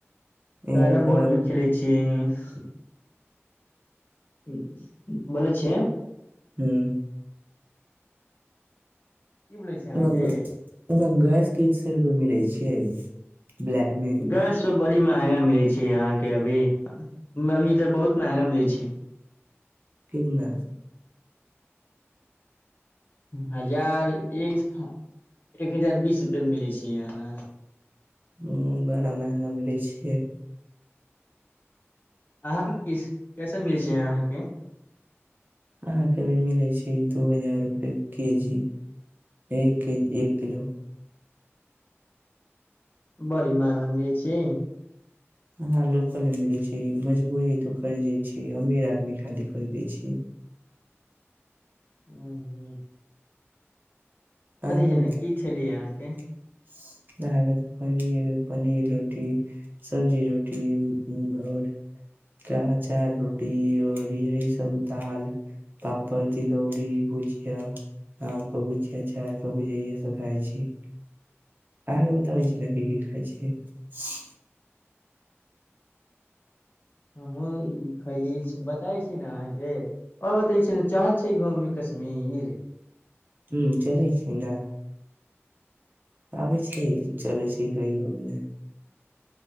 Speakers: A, on the right; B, on the left.
A: यहाँ
B: कैरम
A: तऽ
B: बोर्ड
A: बड़ा
B: भी खेलै छी। छीं हं ऊं बोलै छिये
A: हूं
B: की बोलै छै अहाँके
A: वहां ग वहां गैस कै स रूपे मिलै छियै ब्लैक मे‌।
B: गैस सब बड़ी महगा मिलै छै अहाँके अभी अभी इधर बहुत महगा मिलै छै।
A: किन नै?
B: हजार एक हजार बीस रुपए मे मिलै छै यहाँ।
A: हं बड़ा महंगा मिलै छियै।
B: अहाँ किस कैसे मिलैछै अहाँके।
A: अहाँके अभी मिलैय छी दू हजार रुपए के जी। एक के डेढ किलो।
B: बड़ी महंगा मिलै छीये।
A: अहाॅं लोकले मिलै छै मजबूरी हैतो इतो खरीदे छै अमीर आदमी खाली खरीदै छैय।
B: हूंहूं
A: <unintelligible>
B: छै ने की खेली अहाँके
A: <unintelligible> लागत पनीर पनीर रोटी। सब्जी रोटी ऊंउम और। कहा अचार रोटी और एही सब दाल। पापड़, तिलौड़ी, भुजिया, आमके भुजि। अचार क भुजैये सँ खाइ छी। अहाँके बताबैय छी न की की खाइ छी। <unintelligible>
B: हमहुँ ई खैले छी बताय छी न अहाँके। और बतबै छी न चाहय छी घूमे कश्मीर।
A: हुँ चलैय छी ना। आबै छै चलै छी कही घूमने।